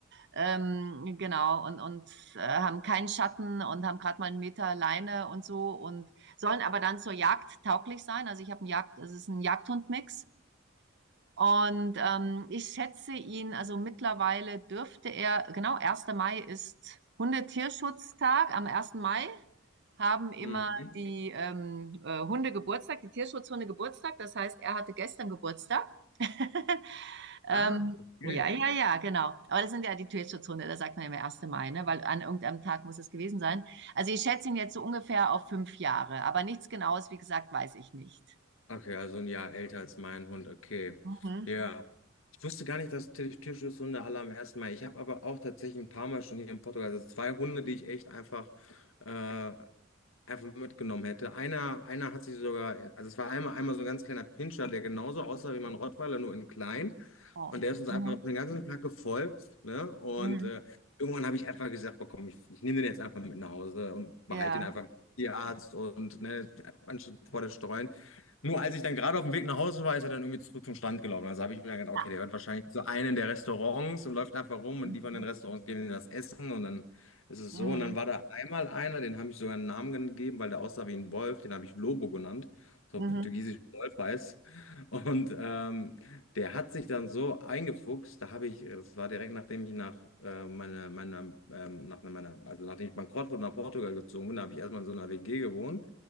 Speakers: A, on the right; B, on the left.
A: ähm, genau, und, und äh, haben keinen Schatten und haben gerade mal einen Meter Leine und so und sollen aber dann zur Jagd tauglich sein. Also ich habe einen Jagd, es ist ein Jagdhundmix. Und ähm, ich schätze ihn, also mittlerweile dürfte er, genau, Erster Mai ist Hundetierschutztag. Am ersten Mai haben immer
B: Mhm.
A: die ähm, äh, Hunde Geburtstag, die Tierschutzhunde Geburtstag. Das heißt, er hatte gestern Geburtstag. <laughs> ähm,
B: Ah, okay.
A: ja, ja, ja, genau. Aber das sind ja die Tierschutzhunde, da sagt man immer Erster Mai, ne? weil an irgendeinem Tag muss es gewesen sein. Also ich schätze ihn jetzt so ungefähr auf fünf Jahre, aber nichts Genaues, wie gesagt, weiß ich nicht.
B: Okay, also ein Jahr älter als mein Hund, okay.
A: Mhm.
B: Ja. Ja. Ich wusste gar nicht, dass Tier- Tierschutzhunde alle am ersten Mal. Ich habe aber auch tatsächlich ein paar Mal schon hier in Portugal, also zwei Hunde, die ich echt einfach, äh, einfach mitgenommen hätte. Einer, einer hat sich sogar, also es war einmal, einmal so ein ganz kleiner Pinscher, der genauso aussah wie mein Rottweiler, nur in klein.
A: Oh.
B: Und der ist uns einfach
A: Mhm.
B: den ganzen Tag gefolgt, ne? Und
A: Mhm.
B: äh, irgendwann habe ich einfach gesagt, boah, komm, ich, ich nehme den jetzt einfach mit nach Hause und behalte
A: Ja.
B: den einfach Tierarzt und ne, anstatt vor der Streuen. Nur als ich dann gerade auf dem Weg nach Hause war, ist er dann irgendwie zurück zum Stand gelaufen. Also habe ich mir dann gedacht, okay,
A: Ja.
B: der wird wahrscheinlich zu einem der Restaurants und läuft einfach rum und
A: Mhm.
B: die von den Restaurants geben ihm das Essen und dann ist es
A: Mhm.
B: so. Und dann war da einmal einer, den habe ich sogar einen Namen gegeben, weil der aussah wie ein Wolf, den habe ich Lobo genannt, so
A: Mhm.
B: auf portugiesisch Wolf heißt. Und ähm, der hat sich dann so eingefuchst, da habe ich, das war direkt nachdem ich nach äh, meiner, meiner, ähm, nach meiner, also nachdem ich bankrott wurde nach Portugal gezogen bin, da habe ich erstmal in so einer WG gewohnt.